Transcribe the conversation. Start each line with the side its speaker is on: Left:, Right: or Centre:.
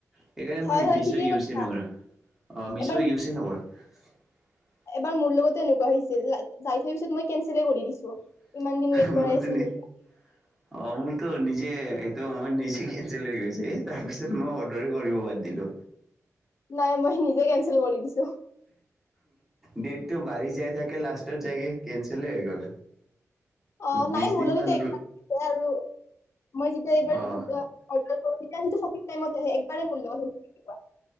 Centre: সেইকাৰণে
Left: হয়
Centre: মই
Left: হয়
Centre: মিছো
Left: ঠিকেই
Centre: ইউচ
Left: কৈছা।
Centre: নকৰো। অ, মিছো
Left: এবাৰ
Centre: ইউ <inaudible>
Left: বাৰ মোৰ লগতো এনেকুৱা হৈছিল-যাই থৈ পিছত মই কেনচেলে কৰি দিছো।
Centre: <unintelligible>
Left: ইমান দিন ৱেইট কৰাই আছিল যেতিয়া
Centre: অ, মোৰ তো নিজে, এইটো মই নিজে-কেনচেল হৈ গৈছে এ তাৰপিছত মই অৰ্ডাৰে কৰিব বাদ দিলো।
Left: নাই মই নিজে কেনচেল কৰি দিছো
Centre: ডেটটো বাঢ়ি যায় থাকে লাষ্টত জাইকে কেন কেলে আহি গ'ল
Left: অ',
Centre: বিশ
Left: নাই মোৰলগত
Centre: দিন মান
Left: এতিয়া <unintelligible> আৰু, মই যেতিয়া এইবাৰ
Centre: অ
Left: এইটো অ-অৰ্ডাৰ ক <unintelligible> টাইমত একবাৰে মোৰলগত হৈ